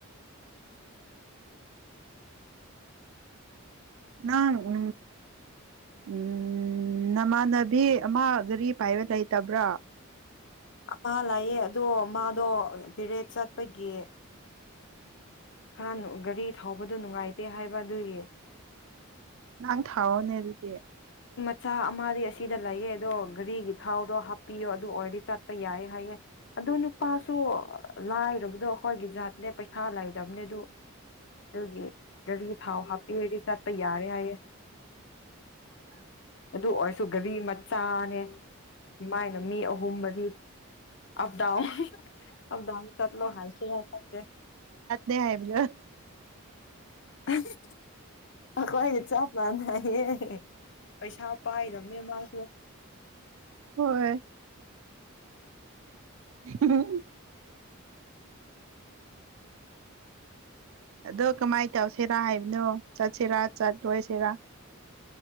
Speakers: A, on the left; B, on the right.
A: ꯎꯝ
B: ꯅꯪ ꯎ ꯎ ꯅꯃꯥꯟꯅꯕꯤ ꯑꯃ ꯒꯥꯔꯤ ꯄꯥꯏꯕ ꯂꯩꯇꯕ꯭ꯔꯥ
A: ꯑꯃ ꯂꯥꯛꯌꯦꯦ ꯑꯗꯣ ꯃꯥꯗꯣ ꯄꯦꯔꯦꯠ ꯆꯠꯄꯒꯤ ꯈꯔ ꯒꯥꯔꯤ ꯊꯧꯕꯗꯨꯣ ꯅꯨꯡꯉꯥꯏꯇꯦ ꯍꯥꯏꯕ ꯑꯗꯨꯒꯤ
B: ꯅꯪ ꯊꯥꯋꯥꯅꯦ ꯑꯗꯨꯗꯤꯦ
A: ꯆꯥꯛ ꯑꯃꯗꯤ ꯑꯁꯤꯗ ꯂꯩꯌꯦ ꯑꯗꯣ ꯘꯔꯤꯒꯤ ꯊꯥꯎꯗꯣ ꯍꯥꯞꯄꯤꯌꯣ ꯑꯗꯨ ꯑꯣꯏꯔꯗꯤ ꯆꯠꯄ ꯌꯥꯏ ꯍꯥꯏꯌꯦ ꯑꯗꯣ ꯅꯨꯄꯥꯁꯨ ꯂꯥꯏꯔꯨꯕꯗꯣ ꯑꯩꯈꯣꯏꯒꯤ ꯖꯥꯠꯦ ꯄꯩꯁꯥ ꯗꯝꯅꯦꯗꯨꯒꯤ ꯒꯥꯔꯤ ꯊꯥꯎ ꯍꯥꯞꯄꯤꯔꯗꯤ ꯆꯠꯄ ꯌꯥꯔꯦ ꯍꯥꯏꯌꯦꯦ ꯑꯗꯨ ꯑꯣꯏꯔꯁꯨ ꯒꯥꯔꯤ ꯆꯥꯡ ꯃꯥꯏꯅ ꯃꯤ ꯑꯍꯨꯝ ꯃꯔꯤ ꯑꯞꯗꯥꯎꯟ ꯑꯞꯗꯥꯎꯟ ꯆꯠꯂꯣ ꯍꯥꯏꯁ ꯈꯪꯗꯦ
B: ꯦ ꯍꯥꯏꯌꯦꯕꯂ
A: <unintelligible> ꯑꯩꯈꯣꯏꯒꯤ ꯆꯞ ꯃꯥꯟꯅꯍꯦ ꯄꯩꯁꯥ ꯄꯥꯏꯗꯕꯅꯦ ꯃꯥꯁꯨ
B: ꯍꯣꯏꯣꯏ <unintelligible> ꯑꯗꯣ ꯀꯃꯥꯏꯅ ꯇꯧꯁꯤꯔꯥ ꯍꯥꯏꯕꯅꯣ ꯆꯠꯁꯤꯔꯥ ꯆꯠꯂꯣꯏꯁꯤꯔꯥ